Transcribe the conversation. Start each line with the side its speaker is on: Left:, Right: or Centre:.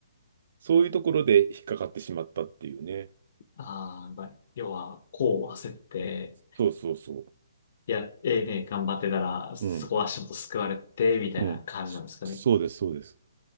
Right: そういうところで引っかかってしまったっていうね。
Left: ああ、まあ、要は、こう焦って、
Right: そうそうそ
Left: いや、ええね、頑張ってたら、そこは足元救われて、
Right: う。うん。
Left: みたいな感じなんですかね。
Right: うん。そそうです、そうです。